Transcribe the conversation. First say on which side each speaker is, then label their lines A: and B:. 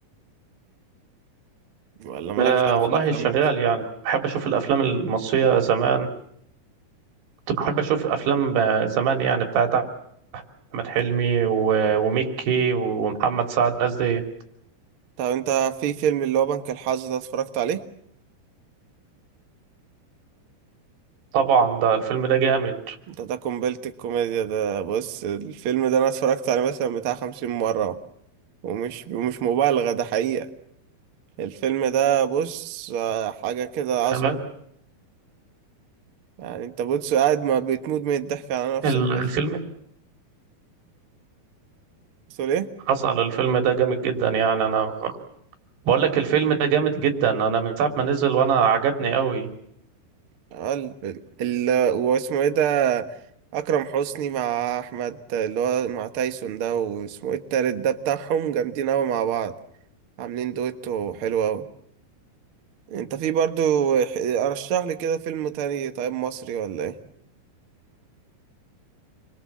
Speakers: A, on the right; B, on the right.
A: ولا مالكش
B: آه
A: أوي
B: والله
A: في الافلام
B: شغال يعني كنت بحب اشوف الافلام المصرية زمان كنت بحب اشوف افلام آه، زمان يعني بتاعت احمد حلمي و- وميكي ومحمد سعد الناس دي
A: طب انت في فيلم اللي هو بنك الحظ ده اتفرجت عليه
B: طبعا ده الفيلم ده جامد
A: انت ده قنبلة الكوميديا ده بص الفيلم ده انا اتفرجت عليه مثلا بتاع خمسين مرة اهو. ومش مش مبالغة ده حقيقة الفيلم ده بص آه، حاجة كده
B: تمام
A: عظمة يعني انت بص قاعد ما بتموت من الضحك على نفسك
B: ال- الفيلم
A: بس بتقول ايه؟
B: حصل الفيلم ده جامد جدا يعني انا بقول لك الفيلم ده جامد جدا انا من ساعه ما نزل وانا عجبني قوي
A: اه ال... ال... واسمه ايه ده اكرم حسني مع احمد اللي هو مع تايسون ده واسمه ايه التالت ده بتاعهم جامدين اوي مع بعض عاملين دويتو حلو اوي انت في برضو ح- ارشح لي كده فيلم تاني طيب مصري ولا ايه